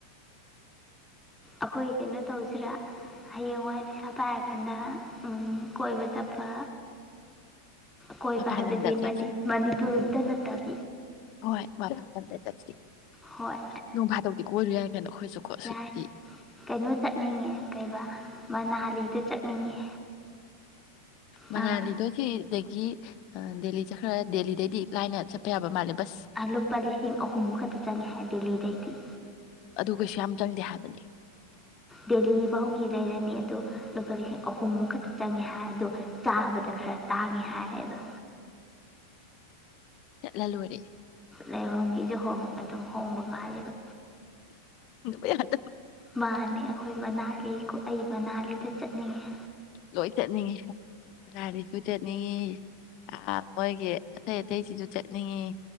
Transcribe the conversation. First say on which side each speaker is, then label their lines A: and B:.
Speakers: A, in the centre; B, on the left.
A: ꯑꯩꯈꯣꯏ ꯀꯩꯅꯣ ꯇꯧꯁꯤꯔꯥ ꯍꯌꯦꯡꯋꯥꯏ ꯄꯩꯁꯥ ꯄꯥꯏꯔꯀꯥꯟꯗ ꯀꯣꯏꯕ ꯆꯠꯄ ꯀꯣꯏꯕ
B: ꯃꯄꯥꯟ
A: ꯍꯥꯏꯕꯗꯤ
B: ꯂꯝꯗ ꯆꯠꯁꯤ
A: ꯃꯅꯤꯄꯨꯔꯗ ꯅꯠꯇꯕ
B: ꯍꯣꯏ ꯃꯥ ꯆꯗ ꯆꯁꯤ
A: ꯍꯣꯏ
B: ꯅꯣꯡꯚ ꯀꯣꯏꯔꯨ ꯌꯥꯏ ꯀꯩꯅꯣ ꯑꯩꯈꯣꯏꯁꯨꯀꯣ ꯁꯨꯠꯇꯤ
A: ꯌꯥꯏ ꯀꯩꯅꯣ ꯇꯠꯅꯤꯡꯉꯦ ꯀꯩꯕ ꯃꯅꯥꯂꯤꯗ ꯆꯠꯅꯤꯡꯉꯦ
B: ꯃꯅ
A: ꯑꯥ
B: ꯂꯩꯗꯣꯁꯤ ꯑꯗꯒꯤ ꯗꯦꯜꯂꯤꯁꯦ ꯈꯔ ꯗꯦꯜꯂꯤꯗꯩꯗꯤ ꯂꯥꯏꯅ ꯆꯠꯄ ꯌꯥꯕ ꯃꯥꯜꯂꯦ ꯕꯁ
A: ꯂꯨꯄꯥ ꯂꯤꯁꯤꯡ ꯑꯍꯨꯝꯃꯨꯛ ꯈꯛꯇ ꯆꯪꯉꯤ ꯍꯥꯏ ꯗꯦꯜꯂꯤꯗꯩꯗꯤ
B: ꯩꯁꯨ ꯌꯥꯝ ꯆꯪꯗꯦ ꯍꯥꯏꯕꯅꯤ
A: ꯗꯦꯂꯤ ꯐꯥꯎꯒꯤ ꯂꯩꯔꯅꯤ ꯑꯗꯨ ꯂꯨꯄꯥ ꯂꯤꯁꯤꯡ ꯑꯍꯨꯝꯃꯨꯛ ꯈꯛꯇ ꯆꯪꯉꯦ ꯍꯥꯏ ꯑꯗ ꯆꯥꯕꯗ ꯈꯔ ꯇꯥꯡꯉꯦ ꯍꯥꯏꯌꯦꯕ
B: ꯂꯂꯨ ꯑꯣꯏꯔꯦ
A: ꯂꯥꯏꯍꯣꯡꯒꯤꯁꯨꯣꯡ ꯑꯗꯨꯝ ꯍꯣꯡꯕ ꯃꯥꯜꯂꯦꯕ
B: ꯕꯩ ꯌꯥꯗ
A: ꯃꯥꯅꯦ ꯑꯩꯈꯣꯏ ꯃꯅꯥꯂꯤ ꯀꯣ ꯑꯩ ꯃꯅꯥꯂꯤꯗꯨ ꯆꯠꯅꯤꯡꯉꯦ
B: ꯂꯣꯏ ꯆꯠꯅꯤꯡꯉꯤ ꯑꯥꯗꯤꯁꯨ ꯆꯠꯅꯤꯡꯉꯤ ꯃꯣꯏꯒꯤ ꯑꯇꯩ ꯑꯇꯩꯁꯤꯁꯨ ꯆꯠꯅꯤꯡꯉꯤ